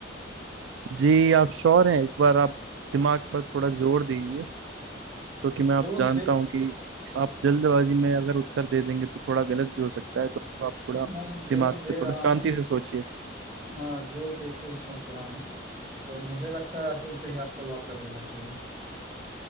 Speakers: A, on the right (about 80°); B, on the right (about 35°).
A: जी आप श्योर हैं एक बार आप दिमाग पर थोड़ा जोर दीजिए क्योंकि मैं आप
B: जोर
A: जानता
B: दे
A: हूँ कि आप जल्दबाजी में अगर उत्तर दे देंगे तो थोड़ा गलत भी हो सकता है तो आप थोड़ा
B: मैं जोर
A: दिमाग
B: दे
A: पे थोड़ा
B: रहा हूँ
A: शांति से सोचिए
B: हाँ जोर दे के ही सोच रहा हूँ तो मुझे लगता है अर्जुन पे ही आपको लॉक कर देना चाहिए